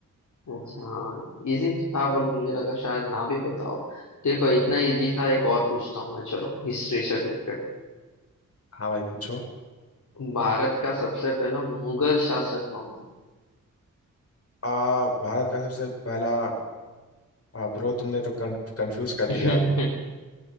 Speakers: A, on the left (about 60°); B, on the left (about 45°).
A: अच्छा हाँ इजी था पर मुझे लगा शायद ना भी बताओ देखो इतना इजी था एक और पूछता हूँ मैं चलो हिस्ट्री से रिलेटेड
B: हाँ भाई पूछो
A: भारत का सबसे पहला मुगल शासक कौन था
B: आ, भारत का सबसे पहला आ, ब्रो तुमने तो कं, कंफ्यूज कर
A: <laughs>
B: दिया